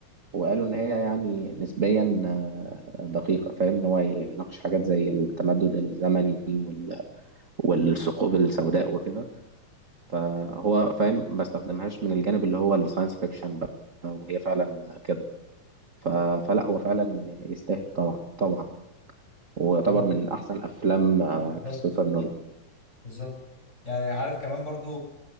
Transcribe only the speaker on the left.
اه
بالظبط
بالظبط يعني عارف كمان برضو